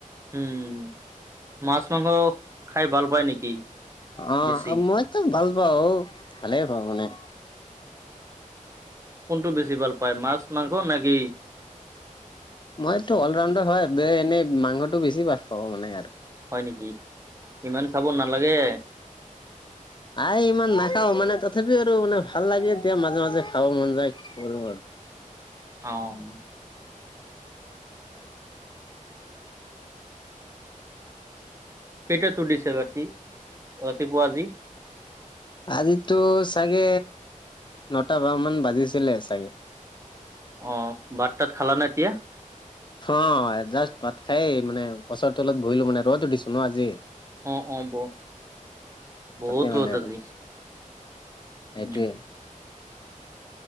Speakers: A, on the right; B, on the left.
A: উম মাছ মাংস খাই ভাল পায় নেকি?
B: অ
A: বেছি
B: মইতো ভাল পাওঁ ভালেই পাওঁ মানে।
A: কোনটো বেছি ভাল পায় মাছ মাংস নে কি?
B: মইটো অল ৰাউণ্ডাৰ হয় এনেই মাংসটো বেছি ভাল পাওঁ মানে আৰু
A: হয় নেকি ইমান খাব নালাগে।
B: আই ইমান নাখাওঁ মানে তথাপিও আৰু মানে ভাল লাগে এতিয়া মাজে মাজে খাব মন যায়। কৰো আৰু
A: অ- কেইটাত উঠিছা ৰাতি ৰাতিপুৱা আজি।
B: আজিতো চাগে নটা ব মান বাজিছিলে চাগে।
A: অ ভাত তাত খালা নে এতিয়া?
B: অ এ জাষ্ট ভাত খাই মানে গছৰ তলত বহিলো মানে ৰ'দো দিছে ন আজি।
A: অ অ বহ, বহুত
B: তাতে মানে
A: ৰ'দ
B: আৰু
A: আজি
B: সেইটোৱে
A: উম।